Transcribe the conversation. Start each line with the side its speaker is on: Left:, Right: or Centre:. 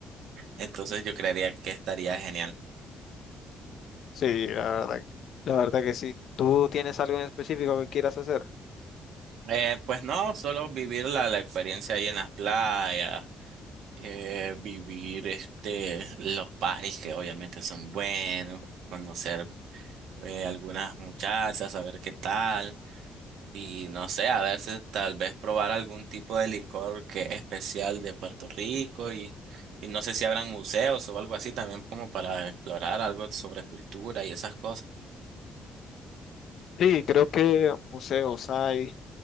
Right: Entonces yo creería que estaría genial.
Left: Sí, la verdad, la verdad que sí. ¿Tú tienes algo en específico que quieras hacer?
Right: Eh, pues no, solo vivir la, la experiencia ahí en las playas, eh, vivir este, los paris que obviamente son buenos, conocer eh, algunas muchachas, saber qué tal. Y no sé, a veces tal vez probar algún tipo de licor que es especial de Puerto Rico y, y no sé si habrán museos o algo así también como para explorar algo sobre cultura y esas cosas.
Left: Sí, creo que museos hay.